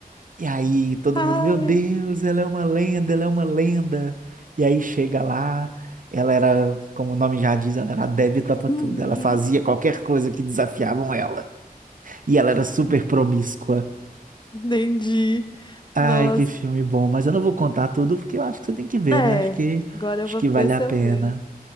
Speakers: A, on the right; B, on the left.
A: E aí todo
B: Ai,
A: mundo, meu Deus, ela é uma lenda, ela é uma lenda. E aí chega lá, ela era, como o nome já diz, ela era adepta pra
B: uhum.
A: tudo. Ela fazia qualquer coisa que desafiavam ela. E ela era super promíscua.
B: Entendi.
A: Ai,
B: Nossa.
A: que filme bom, mas eu não vou contar tudo porque eu acho que você tem que ver,
B: É,
A: né? Acho que
B: agora eu
A: acho
B: vou
A: que
B: ver
A: vale
B: se
A: a pena.
B: eu vejo.